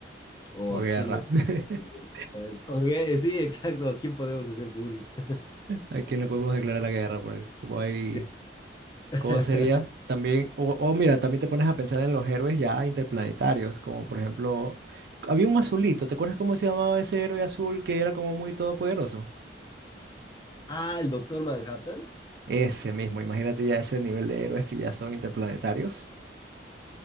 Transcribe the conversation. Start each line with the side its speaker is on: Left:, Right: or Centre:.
Left: o
Right: O
Left: a
Right: guerra.
Left: quién le podemos
Right: <laughs>
Left: hacer bullying. Ok, sí, exacto, a quién podemos hacer bullying. <laughs>
Right: ¿A quién le podemos declarar la guerra? Porque como hay,
Left: Sí. <laughs>
Right: ¿cómo sería? También, o, o mira, también te pones a pensar en los héroes ya interplanetarios, como por ejemplo, había un azulito, ¿te acuerdas cómo se llamaba ese héroe azul que era como muy todopoderoso?
Left: Ah, el doctor Manhattan.
Right: Ese mismo, imagínate ya ese nivel de héroes que ya son interplanetarios.